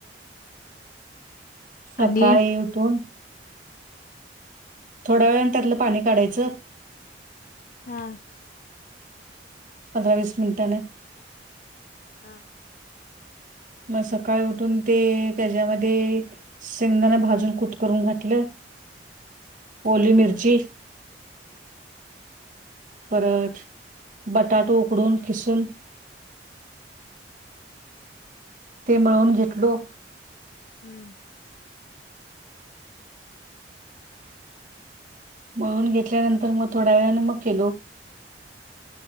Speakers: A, on the right (about 50°); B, on the left (about 50°).
A: सकाळी
B: आणि
A: उठून थोड्या वेळने त्यातलं पाणी काढायचं
B: हा
A: पंधरा वीस मिनिटने
B: हा
A: मग सकाळी उठून ते त्याच्यामध्ये शेंगदाणा भाजून कुटकरून घातलं ओली
B: हा
A: मिरची परत बटाटो उकडून खिसून ते मिळवून घेतलो
B: हम्म
A: मळून घेतल्यानंतर मग थोड्या वेळने मग केलो